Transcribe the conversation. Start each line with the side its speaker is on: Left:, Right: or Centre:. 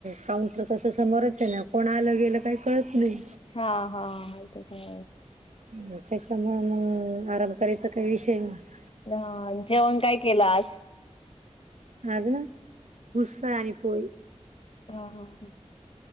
Right: काउंटर कसं समोरच आहे ना, कोण आलं गेलं काही कळत नाही.
Left: हा हा आहे तिथं.
Right: हम्म. त्याच्यामूळं मग आराम करायचा काही विषयचं नाही.
Left: हा, जेवण काय केलं आज?
Right: आज ना, उसळ आणि पोळी.
Left: हा हा हा.